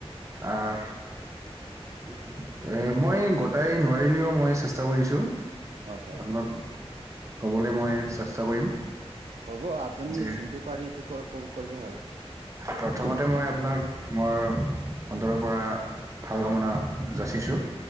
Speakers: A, on the right; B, on the right.
A: আহ। এ, মই গটাই নোৱাৰিলেও, মই চেষ্টা কৰিছো।
B: হয় হয়
A: আপোনাক ক'বলৈ মই চেষ্টা কৰিম।
B: হ'ব, আপুনি
A: যে
B: যোনটো পাৰি এইটো ক'লেই হ'ল।
A: প্ৰথমতে মই আপোনাক মোৰ অন্তৰৰ পৰা ভাল কামনা যাচিছোঁ।